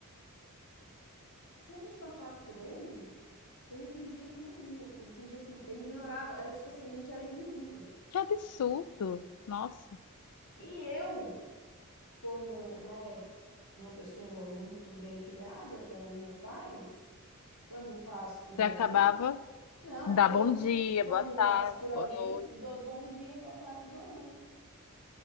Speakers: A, on the left; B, on the left.
A: se a gente passasse por ele, ele fingia que não via, ele fingia que ele ignorava, era tipo assim, a gente era invisível.
B: Que absurdo. Nossa,
A: E eu, como, né, uma pessoa muito bem criada pelos meus pais, quando passo por
B: você
A: alguém,
B: acabava
A: não,
B: de dar
A: quando,
B: bom dia,
A: quando
B: boa tarde,
A: passo por alguém,
B: boa noite.
A: dou bom dia, boa tarde, boa noite.